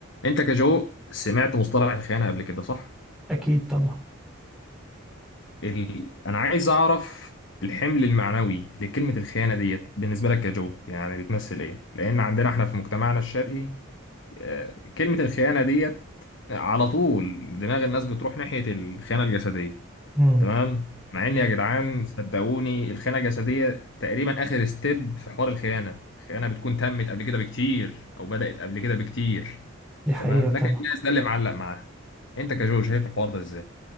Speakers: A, on the left; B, in the centre.
A: انت كجو سمعت مصطلح الخيانه قبل كده صح
B: أكيد طبعا
A: ال... انا عايز اعرف الحمل المعنوي لكلمه الخيانه ديت بالنسبه لك كجو يعني بتمثل ايه لان عندنا احنا في مجتمعنا الشرقي آه، كلمه الخيانه ديت على طول دماغ الناس بتروح ناحيه الخيانه الجسديه
B: مم.
A: تمام مع ان يا جدعان صدقوني الخيانه الجسديه تقريبا اخر ستيب في حوار الخيانه الخيانه بتكون تمت قبل كده بكتير او بدات قبل كده بكتير
B: دي حقيقة
A: تمام
B: طبعا
A: لكن الناس ده اللي معلق معاه انت كجو شايف الحوار ده ازاي